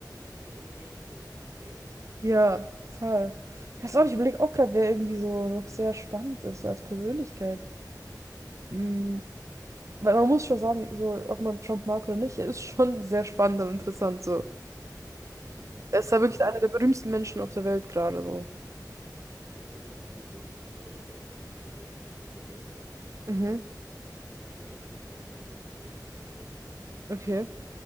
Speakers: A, on the right; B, on the right.
A: Person sehr lieb auf jeden Fall.
B: Ja, total. Ich weiß auch nicht, ich überlege auch gerade, wer irgendwie so noch sehr spannend ist, so als Persönlichkeit. Mm, Weil man muss schon sagen, so, ob man Trump mag oder nicht, er ist schon sehr spannend und interessant, so.
A: Ja, stimmt.
B: Er ist ja
A: Also
B: wirklich
A: ich habe
B: einer der berühmsten Menschen auf der Welt gerade, so.
A: Ja, ich meine, ich habe ja sowohl Olaf Scholz in Person gesehen, sogar mehrmals.
B: Mhm,
A: Auch Friedrich Merz habe ich auch zweimal gesehen in Person.
B: okay.
A: Und
B: <laughs>